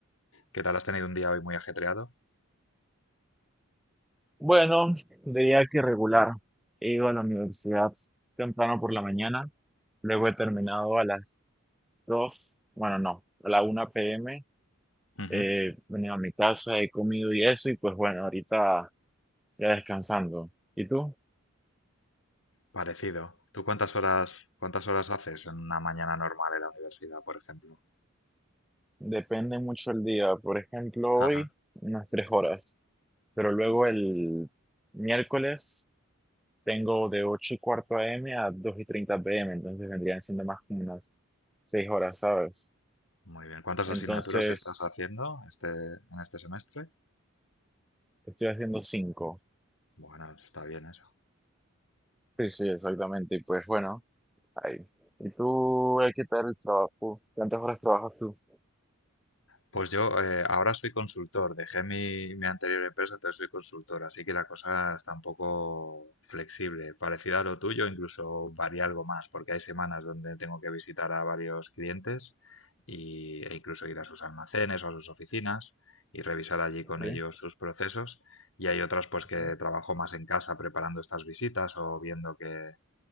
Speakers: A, on the left (about 65°); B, in the centre.
A: ¿Qué tal? ¿Has tenido un día hoy muy ajetreado?
B: Bueno, diría que regular. He ido a la universidad temprano por la mañana, luego he terminado a las dos. bueno, no, a la una p. m.
A: Ujú.
B: eh, he venido a mi casa, he comido y eso, y pues bueno, ahorita ya descansando. ¿Y tú?
A: Parecido. ¿Tú cuántas horas, cuántas horas haces en una mañana normal en la universidad, por ejemplo?
B: Depende mucho el día. Por ejemplo,
A: Ajá,
B: hoy unas tres horas, pero luego el miércoles tengo de 8 y cuarto a m a dos y treinta p m entonces vendrían siendo más como unas seis horas, ¿sabes?
A: muy bien. ¿Cuántas
B: Entonces
A: asignaturas estás haciendo este, en este semestre?
B: estoy haciendo cinco.
A: Bueno, está bien eso.
B: Sí, sí, exactamente. Y pues bueno, ahí. ¿Y tú, eh, qué tal el trabajo? ¿Cuántas horas trabajas tú?
A: Pues yo eh, ahora soy consultor, dejé mi, mi anterior empresa, entonces soy consultor, así que la cosa está un poco flexible, parecida a lo tuyo, incluso varía algo más, porque hay semanas donde tengo que visitar a varios clientes y, e incluso ir a sus almacenes o a sus oficinas y revisar allí con
B: ¿Sí?
A: ellos sus procesos. Y hay otras pues
B: Ujú.
A: que trabajo más en casa preparando estas visitas o viendo que